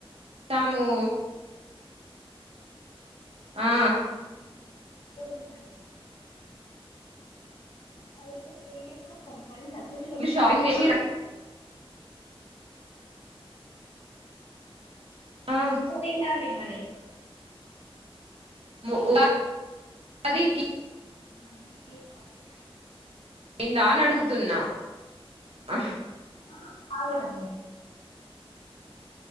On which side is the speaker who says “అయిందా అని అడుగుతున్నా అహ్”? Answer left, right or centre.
Right